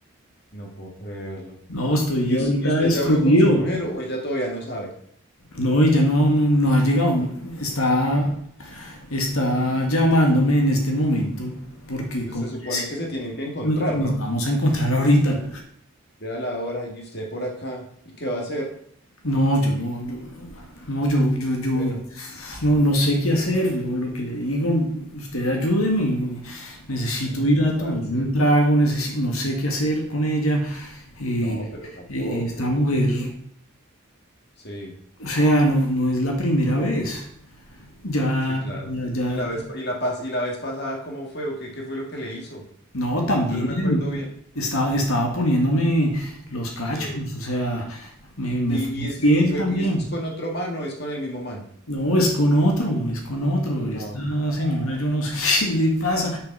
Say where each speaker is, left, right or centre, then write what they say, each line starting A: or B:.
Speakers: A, on the left; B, on the left.
A: No puedo creerlo.
B: no, estoy
A: ¿Y,
B: ahorita
A: us- y usted
B: destruido.
A: ya habló con su mujer o ella todavía no sabe?
B: No, ella no, no, no ha llegado, está,
A: Ah,
B: está llamándome en este momento, porque
A: Pues
B: como
A: se supone
B: le decía,
A: que se tienen que encontrar,
B: no- nos
A: ¿no?
B: vamos a encontrar ahorita.
A: Vea la hora y usted por acá. ¿Y qué va a hacer?
B: No, yo no, yo, no, yo, yo, yo
A: Bueno,
B: no, no sé qué hacer, weón. Lo que le digo, usted ayúdeme. y Necesito
A: mm,
B: ir a
A: parcero.
B: tomarme un trago, necesi- no sé qué hacer con ella. eh,
A: No, pero tampoco.
B: eh, esta mujer,
A: Sí.
B: o sea, no, no es la primera vez. Ya,
A: Sí, claro.
B: ya, ya,
A: ¿Y la vez, pa- y la pas- y la vez pasada cómo fue o qué, qué fue lo que le hizo?
B: no, también
A: Yo no me acuerdo bien.
B: estaba, estaba poniéndome los cachos,
A: Sí.
B: o sea, me, me
A: Y,
B: fue infiel
A: y este, y fue,
B: también.
A: y este es con otro man o es con el mismo man.
B: No, es con otro, es con otro. Esta
A: No.
B: señora,
A: pana.
B: yo no sé <laughs> qué le pasa.